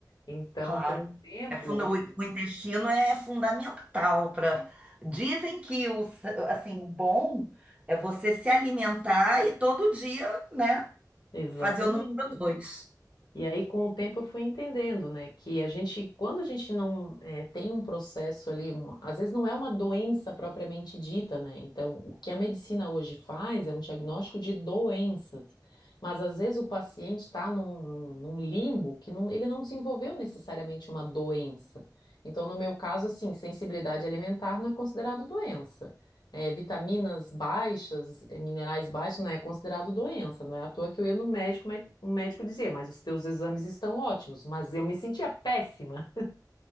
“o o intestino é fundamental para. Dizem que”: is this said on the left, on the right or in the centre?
Right